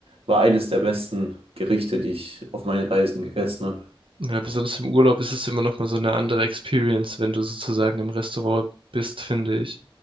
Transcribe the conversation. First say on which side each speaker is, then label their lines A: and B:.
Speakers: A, on the right (about 90°); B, on the right (about 65°).
A: war eines der besten Gerichte, die ich auf meinen Reisen gegessen habe.
B: Ja, besonders im Urlaub ist es immer noch mal so eine andere Experience, wenn du sozusagen im Restaurant bist, finde ich.